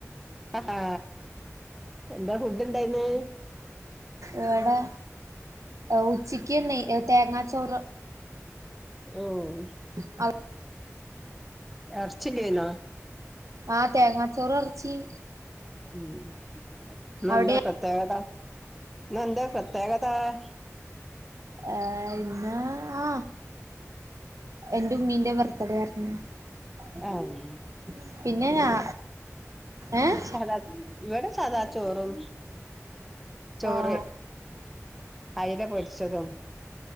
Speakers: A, in the centre; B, on the right.
A: ഹ എന്താ ഫുഡ് ഇണ്ടായിര്ന്ന്
B: ഇവിടെ ഉച്ചക്ക് തേങ്ങാച്ചോറ്
A: ഉം
B: അ
A: എർച്ചില്ലേനോ
B: ആ തേങ്ങാച്ചോറ് എർച്ചിം
A: ഇന്ന്
B: അവിടെയാ
A: എന്താ പ്രത്യേകത ഇന്ന് എന്താ പ്രത്യേകത ആ..
B: ആ ഇന്ന് ആ എന്റെ ഉമ്മീന്റെ ബർത്ത്ഡേ ആണ് ഉ
A: ആഹ്
B: പിന്നെ ഞാആ ഏഹ്
A: സദാ ഇവിടെ സദാ ചോറും ചോറ്
B: ആഹ്
A: അയല പൊരിച്ചതും